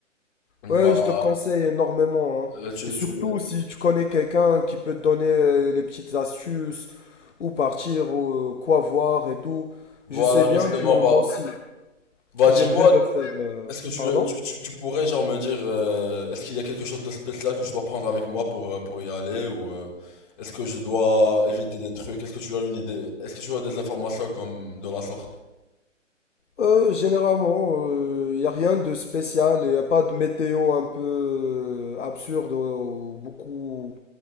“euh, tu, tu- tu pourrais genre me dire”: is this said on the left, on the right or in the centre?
Left